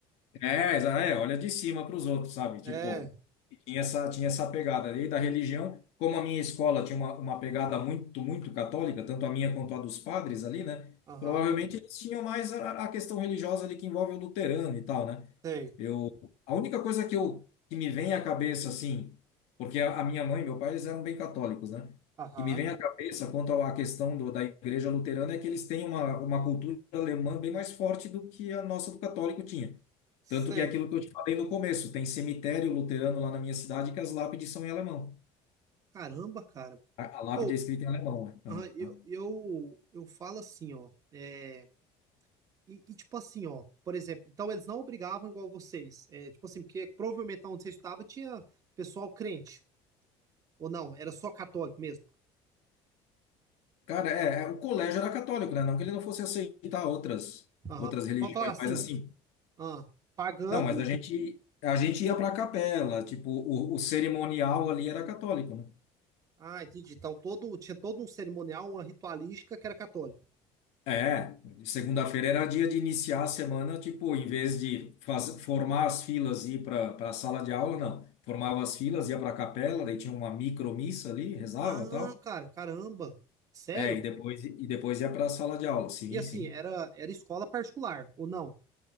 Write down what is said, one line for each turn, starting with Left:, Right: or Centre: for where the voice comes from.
Left: É, exa- é, olha de cima para os outros, sabe? Tipo,
Right: É,
Left: e tinha essa, tinha essa pegada ali da religião. Como a minha escola tinha uma, uma pegada muito, muito católica, tanto a minha quanto a dos padres ali, né?
Right: aham,
Left: Provavelmente eles tinham mais a, a questão religiosa ali que envolve o luterano e tal, né?
Right: sei,
Left: Eu, a única coisa que eu que me vem à cabeça assim, porque a, a minha mãe e meu pai eles eram bem católicos, né?
Right: aham,
Left: Que me vem à cabeça quanto à questão do, da igreja luterana é que eles têm uma, uma cultura alemã bem mais forte do que a nossa do católico tinha.
Right: sei.
Left: Tanto que é aquilo que eu te falei no começo, tem cemitério luterano lá na minha cidade que as lápides são em alemão.
Right: Caramba, cara.
Left: A, a lápide
Right: Ou,
Left: é escrita em alemão, né?
Right: aham, eu,
Left: Aham.
Right: eu, eu falo assim, ó, é, e, e tipo assim, ó, por exemplo, então eles não obrigavam igual vocês. É, tipo assim, porque provavelmente onde você estudava tinha pessoal crente, ou não, era só católico mesmo.
Left: Cara, é, é, o colégio era católico, né? Não que ele não fosse aceitar outras
Right: Aham.
Left: outras religiões,
Right: Vamos falar assim,
Left: mas assim,
Right: ah, pagando.
Left: não, mas a gente a gente ia para a capela, tipo, o, o cerimonial ali era católico, né?
Right: Ah, entendi. Então todo, tinha todo um cerimonial, uma ritualística que era católica.
Left: É, segunda-feira era dia de iniciar a semana, tipo, em vez de faz, formar as filas e ir para para a sala de aula, não. Formava as filas, ia para a capela, daí tinha uma micromissa ali, rezava,
Right: Ah,
Left: tal.
Right: cara, caramba. Sério?
Left: É, e depois, e depois ia para a sala de aula. Sim,
Right: E assim,
Left: sim.
Right: era, era escola particular, ou não?